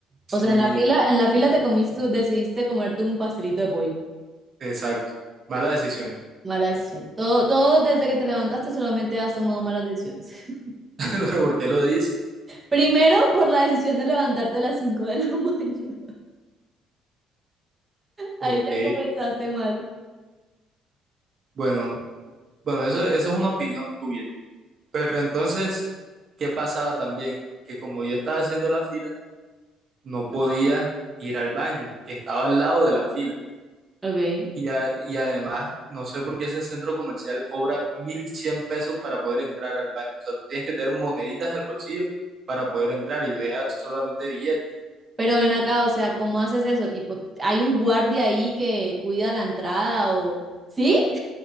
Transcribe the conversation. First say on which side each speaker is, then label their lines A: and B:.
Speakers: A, on the right; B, on the right.
A: Sí,
B: O sea, en la fila,
A: no,
B: en la fila te comiste, decidiste comerte un pastelito de pollo.
A: exacto. Mala decisión.
B: Mala decisión. Todo, todo desde que te levantaste solamente has tomado malas decisiones. <laughs>
A: <laughs> Pero ¿por qué lo dices?
B: Primero por la decisión de levantarte a las 5 de la <laughs> mañana. Ahí
A: Ok,
B: ya comenzaste mal.
A: bueno, bueno, eso, eso es una opinión tuya. Pero entonces, ¿qué pasaba también? Que como yo estaba haciendo la fila, no podía ir al baño, que estaba al lado de la fila.
B: Ok.
A: Y, a- y además, no sé por qué ese centro comercial cobra 1.100 pesos para poder entrar al baño. O sea, tú tienes que tener moneditas en el bolsillo para poder entrar y deja solamente billetes.
B: Pero ven acá, o sea, ¿cómo haces eso? Tipo, ¿hay un guardia ahí que cuida la entrada o sí?